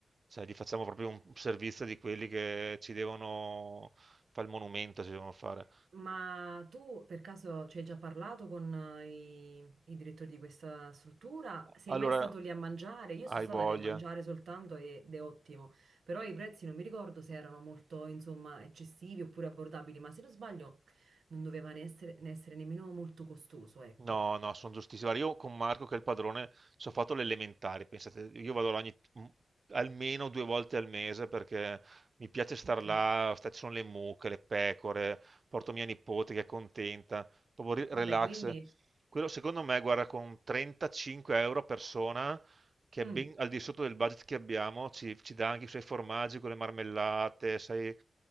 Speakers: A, on the right; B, on the right.
A: cioè, gli facciamo proprio un servizio di quelli che ci devono fare il monumento, ci devono fare.
B: ma tu per caso ci hai già parlato con eh, i, i direttori di questa struttura? Sei
A: Allora,
B: mai stato lì a mangiare? Io
A: hai
B: sono stata
A: voglia.
B: lì a mangiare soltanto ed è ottimo, però i prezzi non mi ricordo se erano molto, insomma, eccessivi oppure abbordabili, ma se non sbaglio non doveva ne essere, ne essere nemmeno molto costoso, ecco.
A: No, no, sono giustissimo. Guarda, Io con Marco, che è il padrone, ci ho fatto l'elementare, pensate, io vado là ogni, m- almeno due volte al mese perché mi piace star
B: Ok,
A: là, sta- ci sono le mucche, le pecore, porto mia nipote che è contenta, proprio ri- relax.
B: vabbè, quindi...
A: Quello, secondo me, guarda, con 35 euro a persona, che
B: mm.
A: è ben al di sotto del budget che abbiamo, ci, ci dà anche i suoi formaggi con le marmellate, sai,